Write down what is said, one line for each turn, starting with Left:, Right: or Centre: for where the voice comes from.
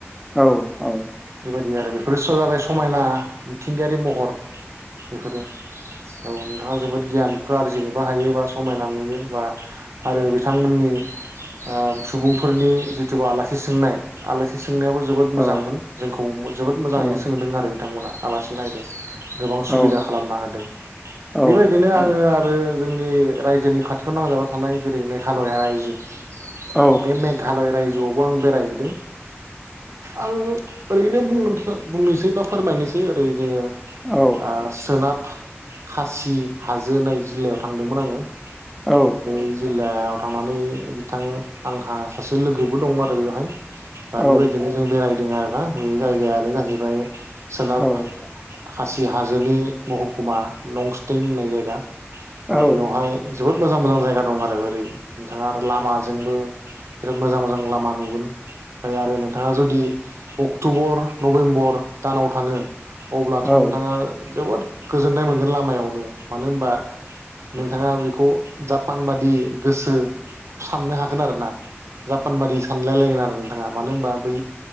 Centre: औ औ।
Right: बिदि आरो बेफोरसो जाबाय समायना मिथिंगायारि महर बेफोरो औ नोंथाङा जोबोद गियानफोर आरजिनोबो हायो बा समायना नुयो बा आरो बिथांमोननि ओ सुबुंफोरनि जिसुबा आलासि सोंनाय आलासि सोंनायाबो जोबोद मोजांमोन
Centre: औ
Right: जोंखौ जोबोद मोजाङै
Centre: औ
Right: बिथांमोना आलासि नायदों। गोबां
Centre: औ
Right: सुबिदा खालामनो हादों,
Centre: औ
Right: बेबायदिनो
Centre: औ
Right: आङो आरो। जोंनि रायजोनि खाथियाव नांजाबा थानाय जेरै- मेघालया रायजो
Centre: औ
Right: बे मेघालय राइजोआव आं बेरायहैदों। आङो ओरैनो बुंनो बुंनोसै बा फोरमायनोसै ओरै जोङो
Centre: औ
Right: आ सोनाब खासि हाजो होननाय जिल्लायाव थांदोंमोन आङो।
Centre: औ
Right: <unintelligible> जिल्लाया थांनानै बिथां आंहा सासे लोगोबो दं आरो बेवहाय। दा
Centre: औ
Right: बेबायदिनो जों बेराय यदों आरोना जायगाया आरो जा हैबाय सोनाब
Centre: औ
Right: खाासि हाजोनि महकुमा नंस्टै होननाय जायगा। बेवहाय
Centre: औ
Right: जोबोद मोजां मोजां जायगा दं आरो ओरै नोंथाङा आरो लामाजोंबो बिराद मोजां मोजां लामा नुगोन आरो नोंथाङा जुदि अक्ट'बर, नभेम्बर दानाव थाङो अब्लाथ' नोंथाङा
Centre: औ
Right: जोबोद गोजोन्नाय मोनगोन लामायावनो, मानो होनबा? नोंथाङा
Centre: औ
Right: बेखौ जापान बादि गोसो साननो हागोन आरो ना। जापान बादि सानलायलायगोन आरो नोंथाङा मानो होनबा बै